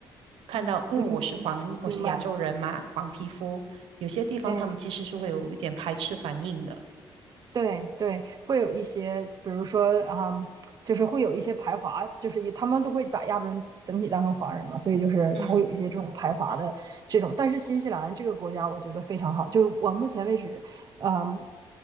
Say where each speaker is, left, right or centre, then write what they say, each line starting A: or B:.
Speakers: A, on the right; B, on the right.
A: 看到，因为我是黄，
B: 嗯，
A: 我是亚洲人嘛，
B: 明白，
A: 黄皮肤，有些地方他们其实是会有一点排斥反应的。
B: 对。对对，会有一些，比如说啊、嗯就是会有一些排华，就是以他们都会把亚洲人整体当成华人嘛，所以就是他会有一些这种排华的这种。
A: 嗯
B: 但是新西兰这个国家，我觉得非常好，就我目前为止嗯，